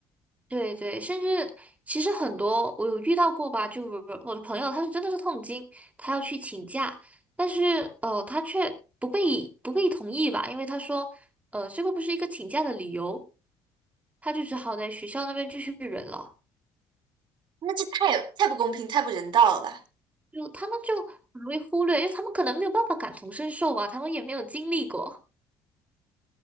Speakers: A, on the right; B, on the right.
A: 对对，甚至其实很多我有遇到过吧，就比如我的朋友，他是真的是痛经，他要去请假，但是呃，他却不被不被同意吧，因为他说呃，这个不是一个请假的理由，他就只好在学校那边继续忍了。
B: 那这太太不公平，太不人道了吧？
A: 就他们就很容易忽略，因为他们可能没有办法感同身受吧，他们也没有经历过，